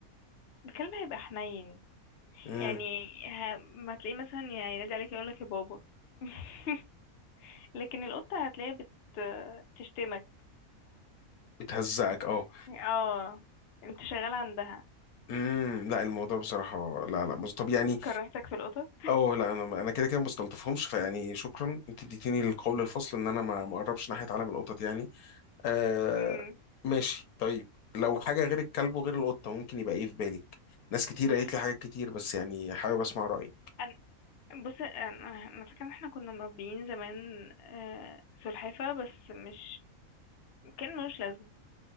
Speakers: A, on the left; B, on the left.
A: الكلب هيبقى حنين
B: امم
A: يعني ه... ما تلاقيه مثلا يعني ينادي عليك يقولك يا بابا <laughs> لكن القطة هتلاقيها بت... تشتمك
B: بتهزقك اه
A: اه انت شغال عندها
B: امم لا الموضوع بصراحه لا لا مز- طب يعني
A: كرهتك في القطط
B: اه لا انا انا كده كده ما بستلطفهمش فيعني شكرا انت اديتيني القول الفصل ان انا ما ما اقربش ناحيه عالم القطط يعني آه
A: <laughs> مم.
B: ماشي طيب لو حاجه غير الكلب وغير القطه ممكن يبقى ايه في بالك ناس كتير
A: بص
B: قالت لي حاجات كتير بس يعني حابب اسمع رايك
A: انا بص انا أنا فاكره ان احنا كنا مربيين زمان آه، سلحفاه بس مش كان ملوش لازمه